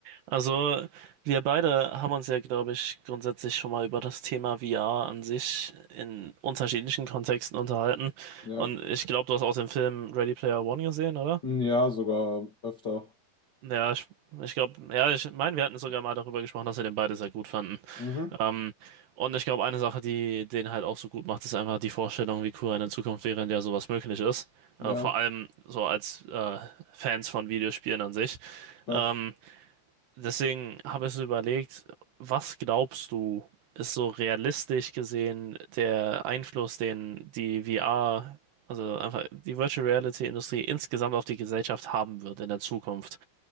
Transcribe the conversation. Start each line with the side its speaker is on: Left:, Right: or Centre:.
Right: Also, wir beide haben uns ja, glaube ich, grundsätzlich schon mal über das Thema VR an sich in unterschiedlichen Kontexten unterhalten.
Left: Ja.
Right: Und ich glaube, du hast auch den Film Ready Player One gesehen, oder?
Left: Ja, sogar öfter.
Right: Ja, ich, ich glaube, ja, ich meine, wir hatten sogar mal darüber gesprochen, dass wir den beide sehr gut fanden.
Left: Mhm.
Right: Ähm, und ich glaube, eine Sache, die den halt auch so gut macht, ist einfach die Vorstellung, wie cool eine Zukunft wäre, in der sowas möglich ist.
Left: Ja,
Right: Äh, vor allem so als äh, Fans von Videospielen an sich.
Left: klar.
Right: Ähm, Deswegen habe ich so überlegt, was glaubst du, ist so realistisch gesehen der Einfluss, den die VR, also einfach die Virtual Reality Industrie insgesamt auf die Gesellschaft haben wird in der Zukunft?